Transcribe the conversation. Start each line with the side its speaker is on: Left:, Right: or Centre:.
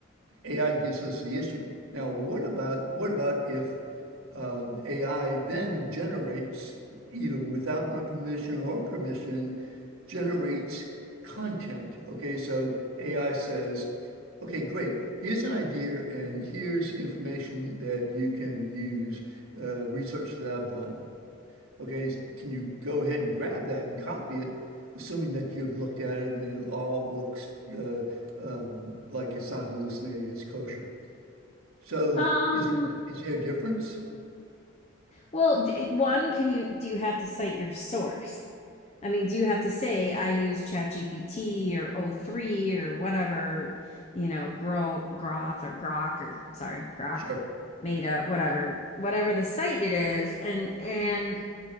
Right: AI gives us the issue. Now, what about what about if um, AI then generates, either without my permission or permission, generates content. Okay, so AI says, okay, great. Here's an idea, and here's information that you can use, uh, research that I've done. Okay, can you go ahead and grab that and copy it, assuming that you've looked at it and it all looks uh, um, like it's not hallucinating, it's kosher. So
Left: Um,
Right: is there is there a difference?
Left: Well, one, can you do you have to cite your source? I mean, do you have to say I use ChatGPT or O three or whatever, you know, Gro Groth or Grok or sorry, Grok,
Right: Sure.
Left: Meta, whatever, whatever the site it is, and and